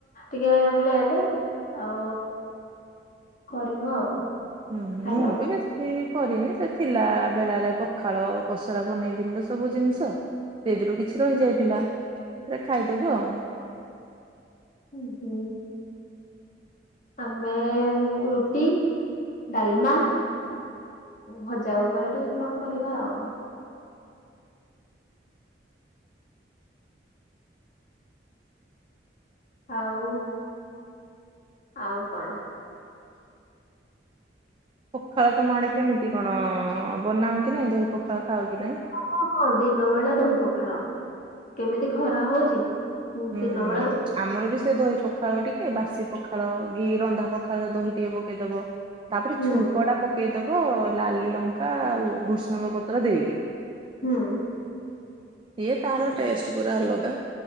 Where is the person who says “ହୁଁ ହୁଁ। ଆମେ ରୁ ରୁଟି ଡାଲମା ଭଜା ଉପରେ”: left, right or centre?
Left